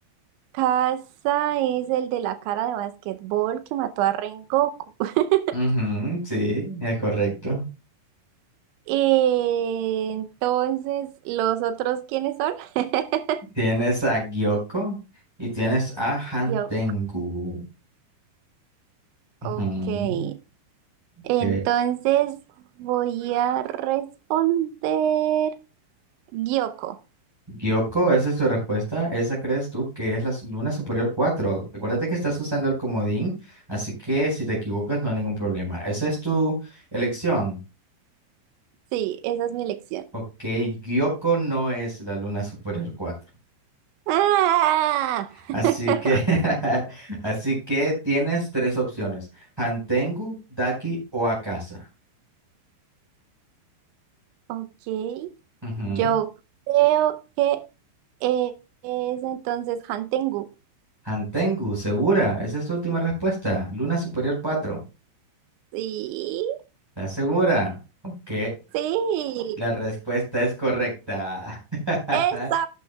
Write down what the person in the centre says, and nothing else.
Ujú, sí, es correcto.
Tienes a Gyoko y tienes a Hantengu.
Ujú,
ok.
Gyoko, esa es tu respuesta. Esa crees tú que es la s- luna superior 4? Recuérdate que estás usando el comodín, así que si te equivocas no hay ningún problema. Esa es tu elección.
Ok, Gyoko no es la Luna Superior 4.
Así
que, <laughs> así que tienes tres opciones: Hantengu, Daki o Akasa.
Ujú.
Hantengu, segura. Esa es tu última respuesta. Luna Superior 4,
¿Estás segura? Ok,
la respuesta es correcta. <laughs>